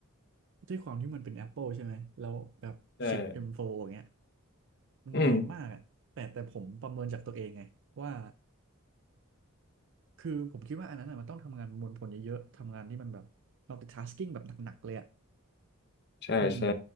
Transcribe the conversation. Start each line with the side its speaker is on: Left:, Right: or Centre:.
Right: ด้วยความที่มันเป็น Apple ใช่ไหม แล้วแบบชิป
Left: เออ
Right: M4 อมโฟร์อย่างเงี้ยมันแรงมากอะแต่แต่ผมประเมินจากตัวเองไงว่า
Left: อืม
Right: คือผมคิดว่าอันนั้นอะมันต้องทำงานประมวลผลเยอะๆ ทำงานที่มันแบบ multitasking แบบหนักๆเลยอะ
Left: ใช่ใช่
Right: อืม